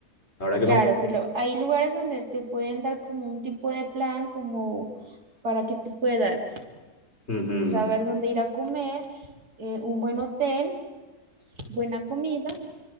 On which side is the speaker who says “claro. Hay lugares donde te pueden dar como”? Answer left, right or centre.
Right